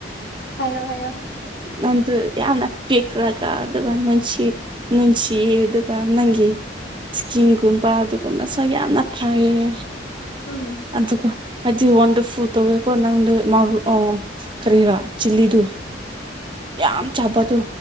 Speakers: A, on the left; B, on the right.
A: ꯍꯥꯏꯌꯣ ꯍꯥꯏꯌꯣ
B: ꯅꯪꯗꯨ ꯌꯥꯝꯅ ꯄꯤꯛꯔꯒ ꯑꯗꯨꯒ ꯅꯨꯡꯁꯤ ꯅꯨꯡꯁꯤꯌꯦ ꯑꯗꯨꯒ ꯅꯪꯒꯤ ꯁꯀꯤꯟꯒꯨꯝꯕ ꯑꯗꯨꯒꯨꯝꯕꯁꯨ ꯌꯥꯝꯅ ꯐꯩꯌꯦ
A: ꯎꯝ
B: ꯑꯗꯨꯀꯣ ꯑꯩꯗꯤ ꯋꯥꯟꯗꯔꯐꯨꯜ ꯇꯧꯏꯀꯣ ꯅꯪꯗꯨ ꯃꯥꯕꯨ ꯑꯥ ꯀꯔꯤꯔ ꯆꯤꯂꯤꯗꯨ ꯌꯥꯝ ꯆꯥꯕꯗꯣ